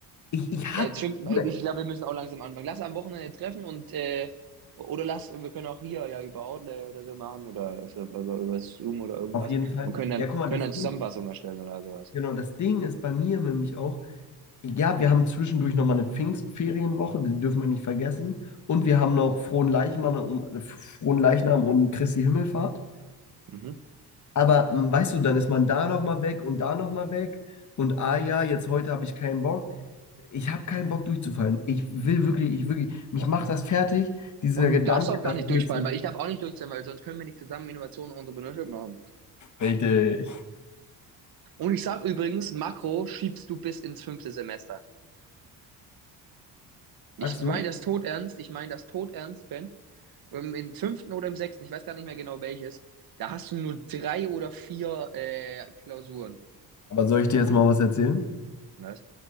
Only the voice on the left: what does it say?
Ich, ich
hab,
Bruder,
auf jeden Fall.
Ja, guck mal,
das
Ding,
Genau, das Ding ist bei mir nämlich auch, ja, wir haben zwischendurch nochmal eine Pfingstferienwoche, die dürfen wir nicht vergessen. Und wir haben noch Frohen Leichnam und, Frohen Leichnam und Christi Himmelfahrt.
Aber m, weißt du, dann ist man da nochmal weg und da nochmal weg. Und ah ja, jetzt heute habe ich keinen Bock. Ich habe keinen Bock durchzufallen. Ich will wirklich, ich wirklich, mich macht das fertig, dieser
Gedanke,
dass
ich
mit so.
Richtig.
Sagst du?
Aber soll ich dir jetzt mal was erzählen?